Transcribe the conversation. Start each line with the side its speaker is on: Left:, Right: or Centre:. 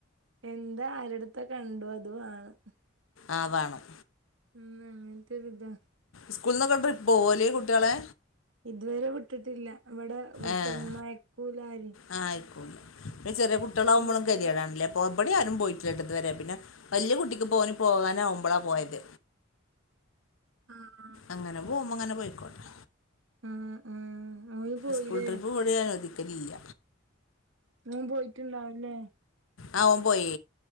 Right: എന്താ ആരെട്ത്ത കണ്ടു അതുവാണം.
Left: ആഹ് വാണം.
Right: ഉം ന്നും എൻക്കൊരുതാ.
Left: സ്കൂള് നിന്നൊക്കെ ട്രിപ്പ് പോവല് കുട്ട്യളെ
Right: ഇതുവരെ വിട്ടിട്ടില്ല ഇവിടെ ഇവിടുത്തെ
Left: ഏഹ്
Right: ഉമ്മാ അയക്കൂലാരേം
Left: ആഹ് ആയക്കൂല ഈ ചെറിയ കുട്ടികളാവുമ്പോളും
Right: പറ്റൂല
Left: ഗതികേടാണ് ല്ലേ പോ ഇവിടേം ആരും പോയിട്ടില്ല ഇതു വരെ പിന്നെ വല്യ കുട്ടിക്ക് ഇപ്പ ഓന് പോകാനാവുമ്പളാ പോയത്
Right: ആഹ്
Left: അങ്ങനെ പോവുമ്പോ അങ്ങനെ പോയ്ക്കോട്ടെ
Right: ആഹ് ആഹ് ഓന് പോയില്ലേ
Left: സ്കൂൾ ട്രിപ്പ് ഇവിടേം അനുവദിക്കലില്ല
Right: മോൻ പോയിട്ടുണ്ടാവും ല്ലേ
Left: ആഹ് ഓൻ പോയി